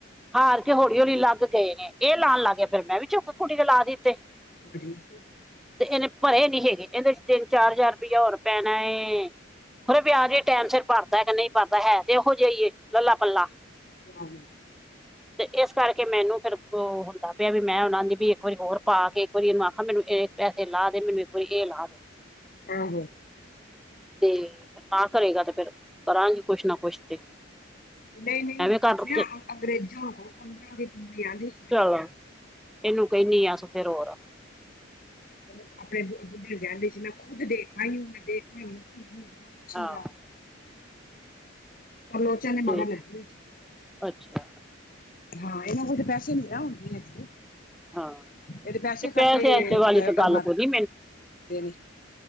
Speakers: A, in the centre; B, on the left (about 45°).
A: ਹਾਰ ਕੇ ਹੌਲੀ-ਹੌਲੀ ਲੱਗ ਗਏ ਨੇ, ਏਹ ਲਾਣ ਲੱਗ ਗਏ, ਫੇਰ ਮੈਂ ਵੀ ਚੁੱਕ ਕੁੁੜੀ ਦੇ ਲਾ ਦਿੱਤੇ।
B: <unintelligible>
A: ਤੇ ਏਨੇ ਭਰੇ ਨੀ ਹੈਗੇ। ਏਂਦੇ ਚ ਤਿੰਨ, ਚਾਰ ਹਜ਼ਾਰ ਰਪਇਆ ਹੋਰ ਪੈਣਾ ਏ। ਹਰ ਵਆਜ ਵੀ ਟਾਈਮ ਸਿਰ ਭਰ। ਜਦ ਨੀ ਕਰਦਾ ਹੈ ਸੀ ਔ ਔਹੋ ਜੇਈ ਏ ਕਲਾ -ਕਲਾ।
B: ਆਹੋੋ। <unintelligible>
A: ਤੇ ਏਸ ਕਰਕੇ ਮੈਨੂੰ ਫੇਰ ਔ ਹੋਂਦਾ ਪਿਆ ਵੀ ਮੈਂ ਔਨਾਂ ਦੀ ਵੀ ਇੱਕ ਵਾਰੀ ਹੋਰ ਪਾ ਕੇ ਇੱਕ ਵਾਰੀ ਏਨੂੰ ਆਖਾਂ ਮੈਨੂੰ ਇਹ ਪੈਸੇ ਲਾ ਦੇ ਮੈਨੂੰ, ਇਕ ਵਾਰੀ ਏਹ ਲਾ ਦੇ
B: ਆਹੋ-
A: ਤੇ ਨਾ ਕਰੇਗਾ ਤੇ ਫੇਰ ਕਰਾਂਗੀ ਕੁਛ ਨਾ ਕੁਛ ਤੇ।
B: ਨਈ ਨਈ
A: ਐਵੇਂ ਕਰ
B: ਤੁਸੀ ਨਾ
A: ਤੇ
B: ਅੰਗਰੇਜੁ ਕੋ ਪੰਦਰਾਂ ਦੇ ਤੇਨੂੰ ਦੇਯਾਂਗੀ।
A: ਚਲੋ ਏਨੂੰ ਕੈਨੀ ਅਸ ਫੇਰ ਹੋਰ।
B: ਅਪਨੇ ਆਪਣੇ ਬੁੱਢੀ ਨੂੰ ਕੈਂਦੇ ਸੀ ਮੈਂ ਖੁਦ ਦੇਖਈ ਮੈਂ ਦੇਖੀ ਕਹੀਂ ਨਾ ਅੱਛੀ
A: ਹਾਂ
B: ਆ। ਪਰ ਲੋਚਨ ਦੇ
A: ਤੇ
B: ਮਗਰ ਲਗੀ ਹੋਈ ਸੀ।
A: ਅੱਛਾ।
B: ਹਾਂ ਏਨਾਂ ਕੋਲ ਤਾਂ ਪੈਸੇ ਨੀ ਨਾ ਹੋਂਨਗੇ ਬੀੲਡ ਦੇ।
A: ਹਾਂ
B: ਏਦੇੇ ਪੈਸੇ
A: ਤੇ
B: ਕਰਕੇ ੲਏ
A: ਤੇ ਵਾਲੀ ਤੇ ਗੱਲ
B: ਅਮ ਮਰ
A: ਕੋਈ ਨੀ
B: ਦੇ ਨੇ।